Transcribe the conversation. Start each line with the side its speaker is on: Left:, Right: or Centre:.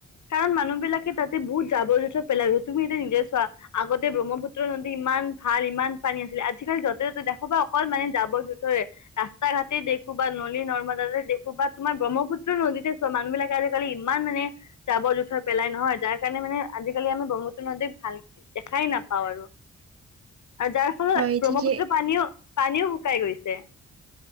Left: কাৰণ মানুহ বিলাকে তাতে বহুত জাৱৰ জোথৰ পেলাই তুমি এতিয়া নিজে চোৱা আগতে ব্ৰহ্মপুত্ৰৰ নদী ইমান ভাল ইমান পানী আে আজিকালি য'তে ত'তে দেখো বাা অকল মানে যাব জোথৰে ৰাস্তা ঘাটেই দেখো বা নলী নৰ্ম দেখো বা তোমাৰ ব্ৰহ্মপুত্ৰ নদীতে চোৱা মানুহ বিলাকে আজিকালি ইমান মানে জাৱৰ জোথৰ পেলাই নহয় হয়, যাৰ কাৰণে মানে আজিকালি আমি ব্ৰহ্মুত্ৰ নদীক ভাল দেখাই নাপাওঁ আৰু
Right: <inaudible>
Left: আৰু যাৰ ফলত
Right: হয়
Left: ব্ৰহ্মপুত্ৰ
Right: ঠিকে
Left: পানীও পানীও শুকাই গৈছে